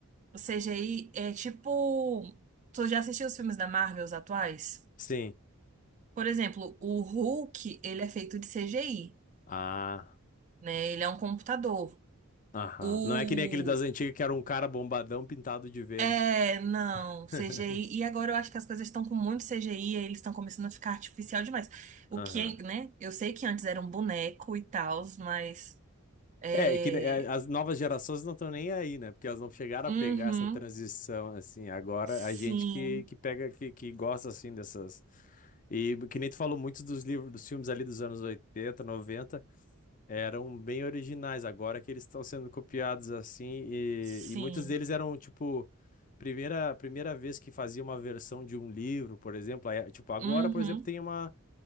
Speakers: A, on the right; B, on the left.
A: o CGI é tipo, tu já assistiu os filmes da Marvel, os atuais?
B: Sim.
A: Por exemplo, o Hulk, ele é feito de CGI,
B: Ah,
A: né? Ele é um computador.
B: aham.
A: O
B: Não é que nem aquele das antigas que era um cara bombadão pintado de verde.
A: É, não, CGI.
B: <laughs>
A: E agora eu acho que as coisas estão com muito CGI, aí eles estão começando a ficar artificial demais. O
B: Aham.
A: que, é, né? Eu sei que antes era um boneco e tal, mas é,
B: É, que ne- é, as novas gerações não estão nem aí, né? Porque elas não chegaram
A: uhum,
B: a pegar essa transição, assim. Agora,
A: sim.
B: a gente que, que pega, que, que gosta, assim, dessas... E que nem tu falou muito dos livros, dos filmes ali dos anos 80 90 eram bem originais, agora que eles estão sendo copiados assim, e,
A: Sim.
B: e muitos deles eram, tipo, primeira, primeira vez que fazia uma versão de um livro, por exemplo, aí, tipo, agora,
A: Uhum,
B: por exemplo, tem uma,